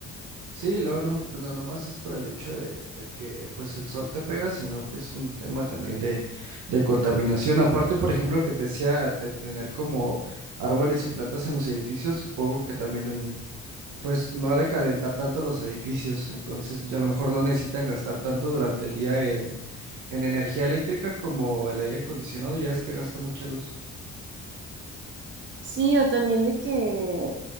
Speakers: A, on the right; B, on the right.
A: Sí, luego no, pues no nomás es por el hecho de, de que pues el sol te pega, sino que es un tema también de, de contaminación. Aparte, por ejemplo, que te decía de tener como árboles y plantas en los edificios, supongo que también en- pues no ha de calentar tanto los edificios, entonces ya a lo mejor no necesitan gastar tanto durante el día en, en energía eléctrica como el aire acondicionado, ya es que gasta mucha luz.
B: Sí, o también de que,